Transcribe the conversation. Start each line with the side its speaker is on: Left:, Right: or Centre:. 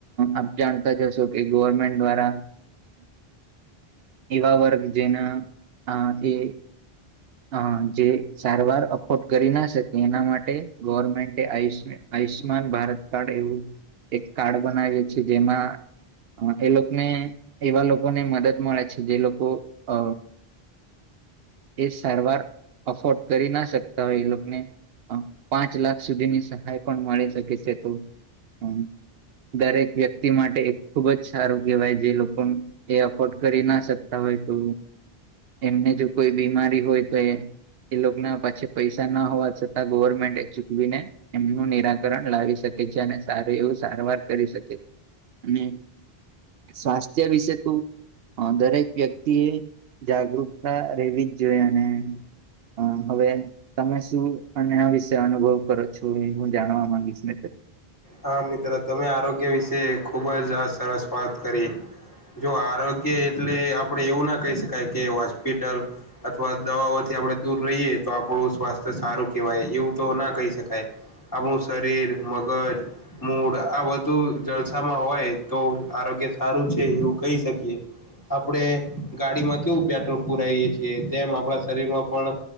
Right: અભિયાન કર્યો છે કે ગવર્મેન્ટ દ્વારા એવા વર્ગ જેના આ એ અ જે સારવાર અફોર્ડ કરી ના શકે એના માટે ગવર્મેન્ટ આયુષમાન આયુષ્યમાન ભારત કાર્ડ એવું એક કાર્ડ બનાવીએ છેએ જેમાં એ લોકોને એવા લોકોને મદદ મળે છે જે લોકો અ એ સારવાર અફોર્ડ કરી ના શકતા હોય એ લોકોને પાંચ લાખ સુધીની સહાય પણ મળી શકે છે તો હમ્મ દરેક વ્યક્તિ માટે ખુબ જ સારું કહેવાય જે લોકોનુ એ અફોર્ડ કરી ના શકતા હોય તો એમને જો કોઈ બીમારી હોય તો એ એ લોકો ના પાછે પૈસા ના હોવા છતાં ગવર્મેન્ટ એ ચૂકવીને એમનું નિરાકરણ લાવી શકે છે અને એવું સારવાર કરી શકે અને સ્વાસ્થ્ય વિશે તું અ દરેક વ્યક્તિ એ જાગૃતતા રહેેવી જ જોઈએ અને હ હવે તમે શું અને આ વિશે અનુભવ કરો છો એ હું જાણવા માંગીશ મિત્ર
Left: હા મિત્ર તમે આરોગ્ય વિશે ખુબ જ આ સરસ વાત કરી જો આરોગ્ય એટલે આપડે એવું ના કહી શકાય કે હોસ્પિટલ અથવા દવાઓથી આપણે દૂર રહીએ તો આપણું સ્વાસ્થ્ય સારું કહેવાય એવું તો ના કહી શકાય આપણુ શરીર મગજ મૂળ આ બધું જળસામાં હોય તો આરોગ્ય સારું છે એવું કહી શકીએ આપણેે ગાડીમાં કેવું પેટ્રોલ પુરાવીએ છીએ તેમ આપણા શરીર માં પણ